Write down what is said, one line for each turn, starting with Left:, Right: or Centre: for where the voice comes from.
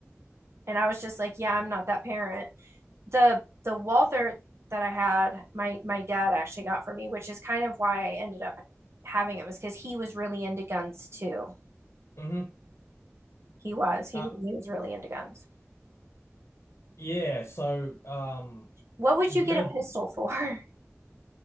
Right: And I was just like, yeah, I'm not that parent. The, the Walther that I had, my, my dad actually got for me, which is kind of why I ended up having him, is because he was really into guns too
Left: hmm mm hmm
Right: He was. He
Left: Uh
Right: was, he was really into guns.
Left: yeah, so um
Right: What would
Left: the
Right: you get
Left: other
Right: a pistol for? <laughs>